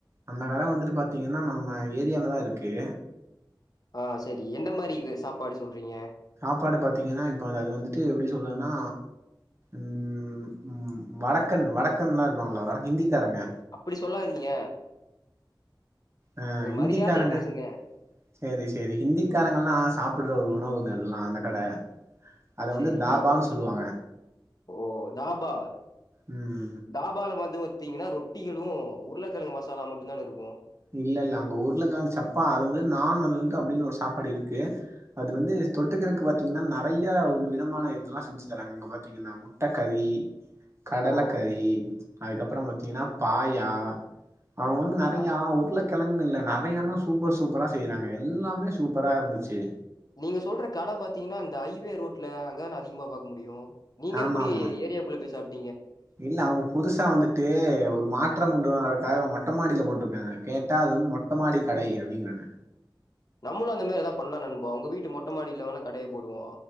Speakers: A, on the right; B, on the left.
A: அந்த கட வந்துட்டு பாத்தீங்கன்னா நம்ம ஏரியாலதா இருக் கு
B: ஆ சேரி எந்த மாரி இது சாப்பாடு சொல்றீங்க
A: சாப்பாடு பாத்தீங்கன்னா இப்ப அது அது வந்துட்டு எப்டி சொல்றதுன்னா ம் ம் வடக்கன் வடக்கன்லா இருப்பாங்கல்லோ வடக் ஹிந்திக்காரங்க
B: அப்பிடி சொல்லாதீங்க
A: ஆ
B: ஒரு
A: ஹிந்திக்காரங்க
B: மரியாதையா பேசுங்க
A: சேரி சேரி ஹிந்திக்காரங்கல்லா சாப்புடுற ஒரு உணவுங்க அதெல்லா அந்த கட அத
B: சேரி
A: வந்து தாபான்னு சொல்லுவாங்க
B: ஓ தாபா
A: ம்
B: தாபால வந்து பாத்தீங்கன்னா ரொட் குட்டிகளு உருளக்கெழங்கு மசாலா மட்டுந்தான இருக்கு
A: இல்ல இல்ல அங்க உருளக்கெழங்கு சப்பா அது வந்து நான் வந்ததுலிருந்து அப்டின் ஒரு சாப்பாடு இருக்கு அது வந்து தொட்டுக்கிறதுக்கு பாத்தீங்கன்னா நறையா ஒரு விதமான இதுலா செஞ்சு தராங்க அங்க பாத்தீங்கன்னா முட்ட கறி கடலக்கறி
B: ஓ
A: அதுக்கப்றோம் பாத் த்தீங்கன்னா பாயா அவங்க வந்
B: அ-
A: யா உருளகெழங்குன் இல்ல நறையானஸ் சூப்பர் சூப்பரா செய்றாங்க எல்லாமே சூப்பரா இருந்துச்சு
B: நீங்க சொல்ற கட பாத்தீங்கன்னா இந்த ஐவே ரோட்ல அங்கதான அதிகமா பாக்க முடியு நீங்க
A: ஆமா
B: எப்டி
A: ஆமா
B: ஏரியாக்குள்ள போய் சாப்
A: இல்ல அவங்க புதுசா வந்துட்டு ஒரு மாற்றம் கொண்டு வதுக்காக மட் மொட்டமாடியில போட்ருக்காங்க கேட்டா அது வந்து மொட்டைமாடி கடை அப்டிங்றாங்க
B: நம்மளு அந்த மாரி எதாவது பண்லா நண்பா உங்க வீட்டு மொட்ட மாடில வேணா கடைய போடுவோ